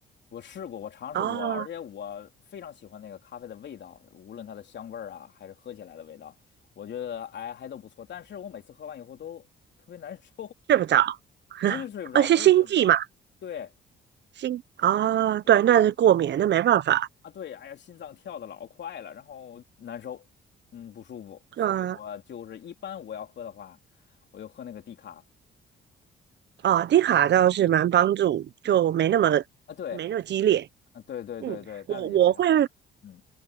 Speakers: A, on the left; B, on the right.
A: 我试过，我尝试过，
B: 啊，
A: 而且我非常喜欢那个咖啡的味道，无论它的香味儿啊，还是喝起来的味道，我觉得哎还都不错。但是我每次喝完以后都特别难受，
B: 睡不着，<laughs>
A: <laughs> 不是睡不着，
B: 啊是心悸嘛？
A: 不是睡不着，对。
B: 心啊，哦对，
A: 就是。
B: 那是过敏，那没办法。
A: 啊，对，哎呀，心脏跳的老快了，然后难受，嗯，不舒服，
B: 对啊
A: 所以我就是一般我要喝的话，我就喝那个低卡
B: 啊，低卡倒是蛮帮助，就没那么
A: 啊，对，
B: 没那么激烈。
A: 啊，对对对对，
B: 嗯，
A: 但是也非常好玩嗯
B: 我我会